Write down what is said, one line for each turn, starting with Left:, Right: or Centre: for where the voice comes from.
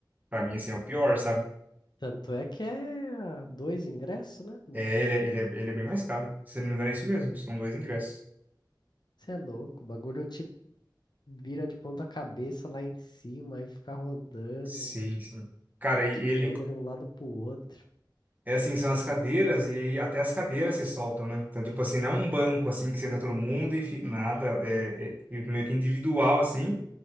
Right: pra mim, assim, é o pior, sabe?
Left: Tanto é que é dois ingressos, né?
Right: É, ele, é- ele, é, ele é bem mais caro. Se não me engano, é isso mesmo, são dois ingressos.
Left: Você é louco, o bagulho te vira de ponta cabeça lá em cima e fica rodando,
Right: Sim, sim. Cara, e
Left: te
Right: ele,
Left: joga de um lado pro outro.
Right: é assim, são as cadeiras e aí até as cadeiras se soltam, né? Então, tipo assim, não é um banco, assim, que senta todo mundo e fica, nada, é, é meio que individual, assim.